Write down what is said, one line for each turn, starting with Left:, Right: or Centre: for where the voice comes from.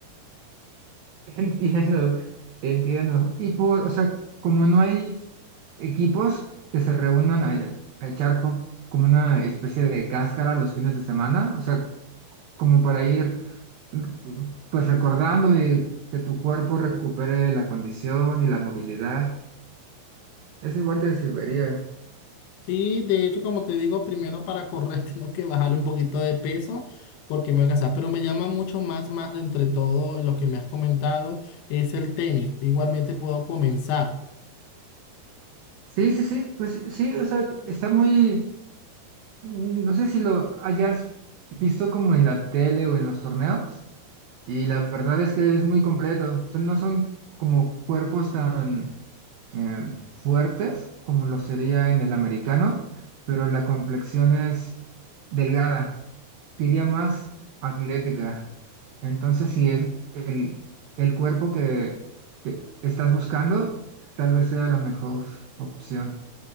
Right: <laughs> Entiendo, entiendo. Y por, o sea, como no hay equipos que se reúnan a, a echar co- como una especie de cáscara los fines de semana, o sea, como para ir mm, pues recordando y que tu cuerpo recupere la condición y la movilidad, eso igual te serviría.
Left: Sí, de hecho, como te digo, primero para correr <laughs> tengo que bajarle un poquito de peso porque me voy a cansar, pero me llama mucho más, más de entre todo lo que me has comentado es el tenis. Igualmente puedo comenzar.
Right: Sí, sí, sí, pues sí, sí, o sea, está muy, mm, no sé si lo hayas visto como en la tele o en los torneos Y la verdad es que es muy completo. O sea, no son como cuerpos tan eh, fuertes como lo sería en el americano, pero la complexión es delgada, diría más atlética. Entonces, si es el, el cuerpo que, que estás buscando, tal vez sea la mejor opción.